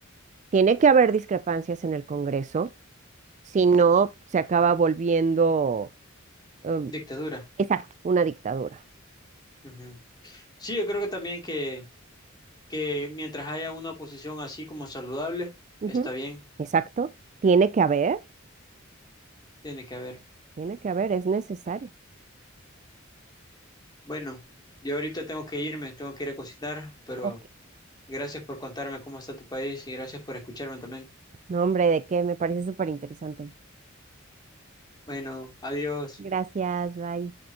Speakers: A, on the right; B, on the left.
A: tiene que haber discrepancias en el Congreso, si no, se acaba volviendo, em,
B: Dictadura.
A: exacto, una dictadura.
B: Ujú. Sí, yo creo que también que, que mientras haya una oposición así como saludable,
A: Ujú.
B: está bien,
A: Exacto, tiene que haber,
B: tiene que haber.
A: tiene que haber, es necesario.
B: Bueno, yo ahorita tengo que irme, tengo que ir a cocinar, pero
A: Ok.
B: gracias por contarme cómo está tu país y gracias por escucharme también.
A: No, hombre, ¿de qué? Me parece súper interesante.
B: Bueno, adiós.
A: Gracias, bye.